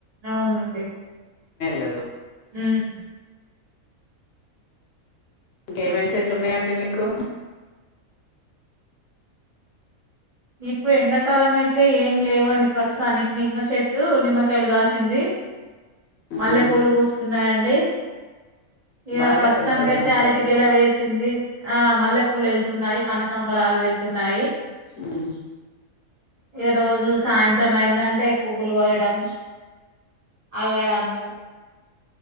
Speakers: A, on the right; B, on the left.
A: అవునండి
B: లేదు
A: హ హుమ్
B: ఇంకేంయినా చెట్లు ఉన్నాయాండి మీకు
A: ఇప్పుడు ఎండాకాలం అయితే ఏం లేవండి ప్రస్తుతానికి నిమ్మ చెట్టు నిమ్మకాయలు కాసింది
B: హ్మ్
A: మల్లె పూలు పూస్తున్నాయిండి అే ఇక
B: బానే
A: ప్రస్తుతానిక
B: వెళ్తాయా
A: అయితే
B: మల్లెపూలు
A: అరటి గెలా వేసింది ఆ మల్లె పూలు వెళ్తు న్నాయి కనకంబరాలు వెళ్త సున్నాయి
B: హ్మ్
A: ఇ రోజు సాయంత్రం అయిందంటే పువ్వులు కోయడం అల్లడము